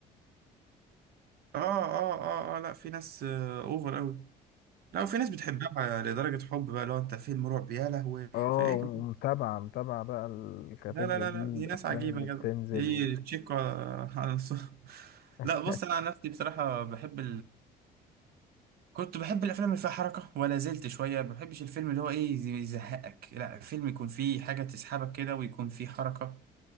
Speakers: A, on the right; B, on the left.
A: اه اه اه اه لا في ناس آه اوفر قوي لا وفي ناس بتحبها لدرجه حب بقى لو انت فيلم رعب يا لهوي
B: اه
A: في ايه
B: ومتابعة
A: كمان
B: متابعة بقى الكاتيجوري
A: لا لا لا
B: دي
A: لا
B: والأفلام
A: دي ناس عجيبه
B: اللي
A: يا
B: بتنزل
A: جدع دي
B: و...
A: تشيكو على على الص- <laughs>
B: <laughs>
A: لا بص انا عن نفسي بصراحه بحب كنت بحب الافلام اللي فيها حركه ولا زلت شويه ما بحبش الفيلم اللي هو ايه يز- يزهقك لا الفيلم يكون فيه حاجه تسحبك كده ويكون فيه حركه